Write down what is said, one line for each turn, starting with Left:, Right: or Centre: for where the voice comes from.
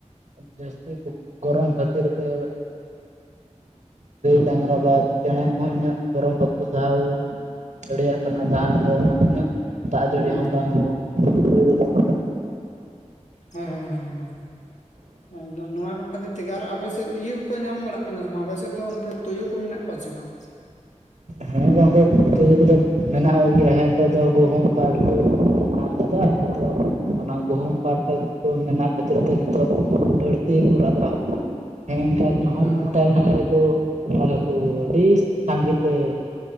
Right: ᱡᱟᱹᱥᱛᱤ ᱜᱚᱨᱚᱢ ᱠᱷᱟᱹᱛᱤᱨ ᱛᱮ ᱜᱟᱹᱭ ᱰᱟᱝᱨᱟ ᱵᱟᱫᱽ ᱪᱮᱬᱮ ᱦᱚ ᱤᱱᱟᱹᱜ ᱜᱚᱨᱚᱢ ᱵᱟᱠᱚ ᱥᱟᱦᱟᱣ ᱫᱟᱲᱮᱭᱟᱜ ᱠᱟᱱᱟ ᱡᱟᱦᱟᱸ ᱞᱮᱠᱟ ᱫᱟᱜ ᱡᱟᱹᱲᱤ
Left: ᱦᱩᱸ
Right: ᱦᱚᱸ ᱵᱟᱝ ᱦᱳᱭ ᱜᱫᱚᱜ
Left: ᱦᱮᱸ ᱦᱮᱸ ᱟᱫᱚ ᱱᱚᱣᱟ ᱠᱚ ᱠᱷᱟᱹᱛᱤᱨ ᱛᱮᱜᱮ ᱟᱨ ᱟᱵᱮᱥ ᱮᱫ ᱤᱭᱟᱹ ᱠᱚᱠᱚ ᱧᱟᱢ ᱵᱟᱲᱟᱜ ᱠᱟᱱᱟ ᱥᱮ ᱵᱟᱝ ᱟᱯᱮ ᱥᱮᱫ ᱫᱚ ᱚᱱᱛᱮ ᱛᱩᱭᱩ ᱠᱚ ᱢᱮᱱᱟᱜ ᱠᱚᱣᱟ ᱪᱮ ᱵᱟᱝ?
Right: ᱦᱮᱸ ᱜᱚᱢᱠᱮ ᱛᱩᱭᱩ ᱠᱚᱫᱚ ᱢᱮᱱᱟᱜ ᱠᱚ ᱜᱮᱭᱟ ᱦᱮᱸ ᱱᱮᱛᱟᱨ ᱫᱚ ᱜᱩᱦᱩᱢ ᱯᱟᱴᱷ ᱠᱚ <unintelligible> ᱚᱱᱟ ᱜᱩᱦᱩᱢ ᱯᱴᱟ ᱠᱚ ᱢᱮᱱᱟᱜ ᱠᱷᱟᱹᱛᱤᱨ ᱛᱮ ᱱᱤᱛᱚᱜ ᱵᱟᱹᱲᱛᱤ ᱠᱚ ᱠᱚᱨᱟᱣᱫᱟ ᱾ ᱦᱮᱸᱱᱠᱟ ᱧᱩᱦᱚᱢ
Left: ᱚ
Right: ᱴᱟᱭᱢᱤ ᱱᱟᱦᱮᱞ ᱠᱚ ᱟᱲᱟᱜᱟᱠᱚ ᱟᱹᱰᱤ ᱥᱟᱸᱜᱮ ᱛᱮ